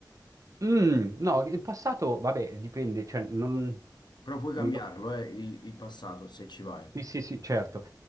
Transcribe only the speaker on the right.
Mm, no, il passato, vabbè, dipende, cioè, non...
mi-
Sì, sì, sì, certo.